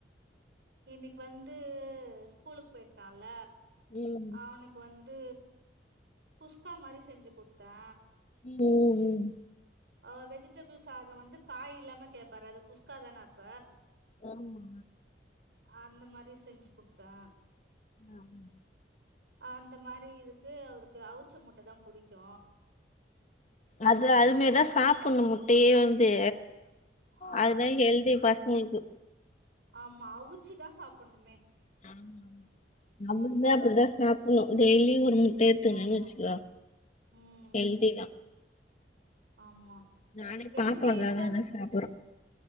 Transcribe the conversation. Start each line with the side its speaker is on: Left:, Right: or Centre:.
Right: இன்னக்கி வந்து ஸ்கூலுக்கு போயிருக்கான்ல
Left: ம்
Right: அவனுக்கு வந் து குஸ்கா மாரி செஞ்சி குட்த்தே
Left: ம் ம் ம்
Right: ஆ வெஜிடபிள் சாதோ வந்து காய் இல்லாம கேப்பாரு அது குஸ்காதான அப்ப
Left: ஆமா
Right: அந்த மாரி செஞ்சு குடுத்தே
Left: ஆமா
Right: அந்த மாரி இதுக்கு அவுருக்கு அவுச்ச முட்டதா புடிக்கு
Left: அது அது மேரிதா சாப்ணு முட்டயே வந்து
Right: ஆ
Left: அதுதா ஹெல்தி பசங்களுக்கு
Right: ஆமா அவுச்சிதா சாப்பட்ணுமே
Left: ஆமா நம்மளுந்தா அப்டிதா
Right: நல்லது
Left: சாப்பட்ணு டெய்லியு ஒரு முட்ட எத்துக்கினேன்னு
Right: ஆமா
Left: வச்சிக்கோ
Right: ம்
Left: ஹெல்திதா
Right: ஆமா
Left: நானே பாப்பாக்காகதா
Right: எங்க இப்ப
Left: எதா சாப்பறோ